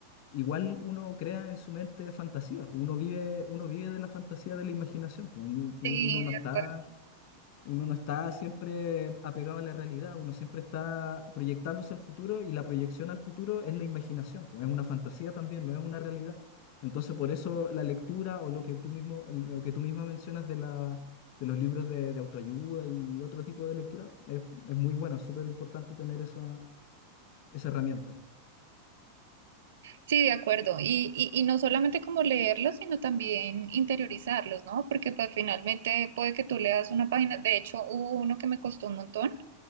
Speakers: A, on the left (about 50°); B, on the right (about 60°).
A: Igual uno crea en su mente fantasías, uno vive, uno vive de la fantasía de la imaginación, pues, uno uno
B: Sí,
A: no
B: de
A: está
B: acuerdo.
A: uno no está siempre apegado a la realidad, uno siempre está proyectándose al futuro y la proyección al futuro es la imaginación, pues es una fantasía también, no es una realidad. Entonces, por eso la lectura o lo que tú mismo, lo que tú misma mencionas de la, de los libros de, de autoayuda y otro tipo de lectura es, es muy bueno, es súper importante tener esa, esa herramienta.
B: Sí, de acuerdo. Y, y, y no solamente como leerlos, sino también interiorizarlos, ¿no? Porque pues finalmente puede que tú leas una página, de hecho hubo uno que me costó un montón.